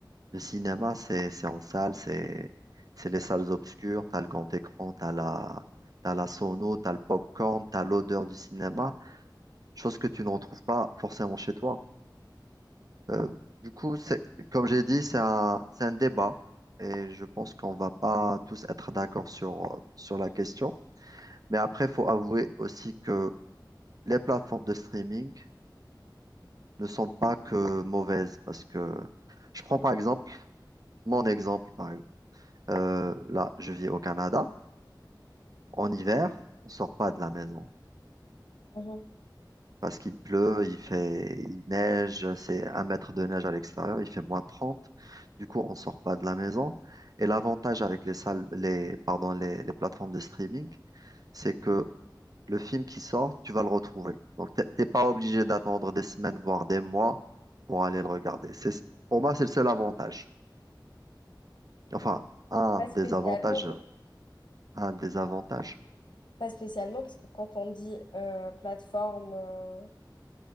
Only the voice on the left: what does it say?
Mhm.
Pas
spécialement.
Pas spécialement, parce que quand on dit euh, plateforme euh,